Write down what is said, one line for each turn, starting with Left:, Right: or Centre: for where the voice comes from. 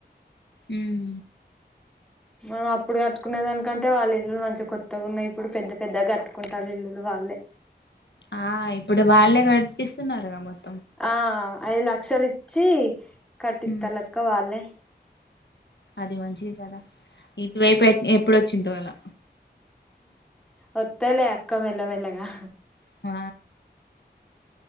Left: ఉం
Centre: మనం అప్పుడు కట్టుకునే దానికంటే వాళ్ళ ఇల్లులు మంచి కొత్తగా ఉన్నాయి ఇప్పుడు పెద్ద పెద్దగా కట్టుకుంటారు ఇల్లులు వాళ్ళే
Left: ఆ ఇప్పుడు వాళ్ళే కట్టిపిస్తున్నారుగా మొత్తం
Centre: ఆ ఐదు లక్షలు ఇచ్చి కట్టిత్త
Left: హ్మ్.
Centre: లక్క వాళ్ళే
Left: అది మంచిది కదా ఇటువైపు ఎ ఎప్పుడు వచ్చిద్దో అలా
Centre: వత్తయిలే అక్క మెల్ల మెల్లగా
Left: ఆ